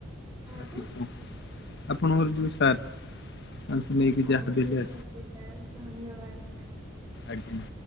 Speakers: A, on the right; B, on the left.
A: କାହାକୁ
B: ଆସିବି କ <inaudible> ଆପଣଙ୍କର ଯୋଉ ସାର୍। ତାଙ୍କୁ ନେଇକି
A: ହଉ
B: ଯାହାବି
A: ଠିକ୍
B: ହେଲେ
A: ଅଛି ସାର୍ ଧନ୍ୟବାଦ୍
B: ଆଜ୍ଞା।